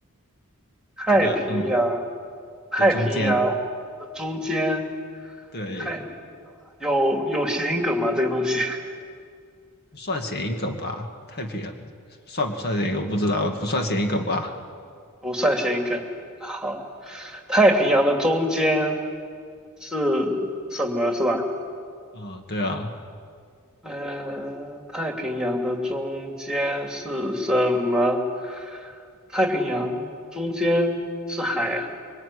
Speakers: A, in the centre; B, on the left (about 50°).
A: 太平洋，
B: 这个嗯
A: 太平洋的中间，
B: 的中间，对，
A: 太平有有谐音梗吗？这个东西 <laughs>
B: 算谐音梗吧？太平洋算不算谐音梗我不知道，不算谐音梗吧？
A: 不算谐音梗。好，太平洋的中间。是什么是吧？
B: 啊、对啊，
A: 嗯，太平洋的中间是什么？太平洋中间是海啊，